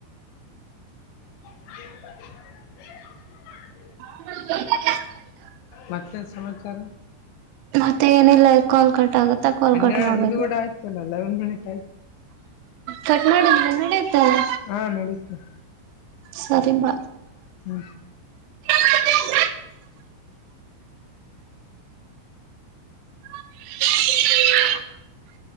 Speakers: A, on the left (about 80°); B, on the right (about 80°).
A: ಹ
B: <inaudible> <unintelligible>
A: ಮತ್ತೆ ಸಮಾಚಾರ
B: ಮತ್ತೆ ಏನಿಲ್ಲ ಕಾಲ್ ಕಟ್ ಆಗುತ್ತಾ ಕಾಲ್
A: ಹನ್ನೆರಡು
B: ಕಟ್ ಮಾಡ್ಬೇಕು
A: ಇದು ಕೂಡ <unintelligible>
B: ಕಟ್ನಾಡಿದ್ ನಡೆಯತಲ್ಲ
A: ಹಾಂ ನಡೀತು
B: ಸರಿಮ್ಮ
A: ಹ್ಮ್
B: <inaudible> <unintelligible> ಹ